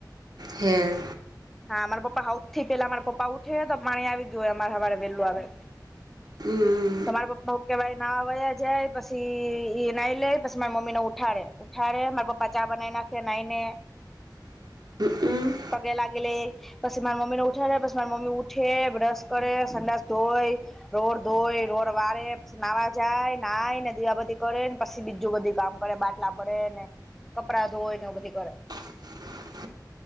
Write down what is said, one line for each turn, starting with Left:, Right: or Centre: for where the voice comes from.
Right: હે!
Centre: હા. મારા પપ્પા હઉથી પેલા મારા પપ્પા ઉઠે તો પાણી આવી જ તોયે અમારે હવારે વેલું આવે.
Right: હમ..
Centre: તમારા પપ્પા હું કેવાય નાવાયે જાય પછી, ઈ નાઈ લે પછી મારી મમ્મીને ઉઠાડે. ઉઠાડે. મારા પપ્પા ચાઈ બનાવી નાખે નાઈને.
Right: <inaudible> હમ. ઉમ...
Centre: પગે લાગીએ. પછી મારા મમ્મી ને ઉઠાડે. પછી મારી મમ્મી ઉઠે, બ્રશ કરે, સંડાસ ધોય, રોડ ધોય, રોડ વારે, નાવા જાય, નાય, ને દીવાબત્તી કરે, ને પછી બીજું બધું કામ કરે. બાટલા ભરેે ને, કપડા ધોય ને એવું બધું કરે.
Right: <unintelligible>